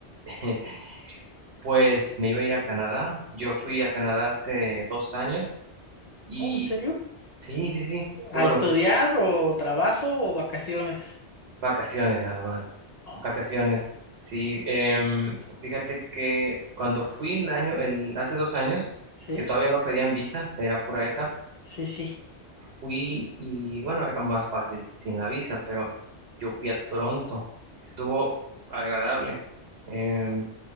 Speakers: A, on the right; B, on the left.
A: <laughs> pues me iba a ir a Canadá. Yo fui a Canadá hace dos años y
B: Oh, ¿en serio?
A: sí, sí, sí, estuvo,
B: ¿A
A: her-
B: estudiar
A: estuvo
B: o trabajo o vacaciones?
A: Vacaciones nada más.
B: Ah,
A: Vacaciones. Sí, em, fíjate que cuando fui el año, el, hace dos años,
B: sí,
A: que todavía no pedían visa, era pura ETA,
B: sí, sí.
A: fui y bueno, era más fácil sin la visa, pero yo fui a Toronto. Estuvo agradable. Em,